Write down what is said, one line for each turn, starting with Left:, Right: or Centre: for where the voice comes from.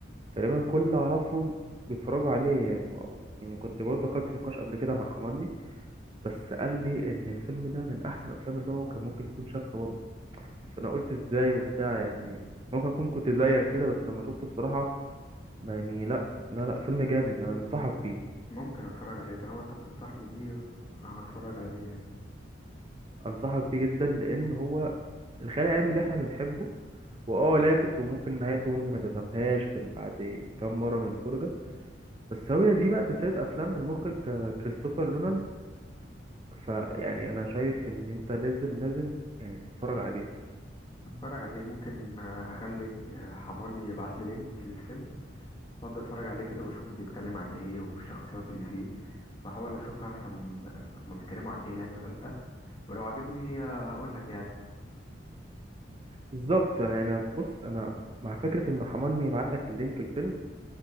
Right: تقريبا كل اللي أعرفهم بيتفرجوا عليه يعني و- يعني كنت برضه خدت نقاش قبل كده مع حماني بس قال لي ان الفيلم ده من احسن الافلام اللي هو كان ممكن يكون شافها برضه فانا قلت ازاي وبتاع يعني ممكن اكون كنت زيك كده بس لما شفته بصراحه ما يعني لا لا لا فيلم جامد انا بنصحك بيه
Left: ممكن اتفرج عليه طالما انت بتنصحني بيه آه، هتفرج عليه يعني
Right: انصحك بيه جدا لان هو الخيال العلمي اللي احنا بنحبه واه لافف وممكن نهايته ممكن ما تفهمهاش غير بعد كام مره من الفرجه بس هو دي بقى سلسله افلام المخرج آه، كريستوفر لونان فيعني انا شايف ان انت لازم لازم يعني تتفرج عليه
Left: هتفرج عليه ممكن آه، اخلي آه، حموني يبعت لي لينك للفيلم وابدا اتفرج عليه كده واشوف بيتكلم عن ايه والشخصيات اللي فيه واحاول اشوف افهم آه، هما بيتكلموا عن ايه يعني ولا لا ولو عجبني هقول لك يعني
Right: بالظبط يعني بص انا مع فكره ان حماني يبعت لك اللينك الفيلم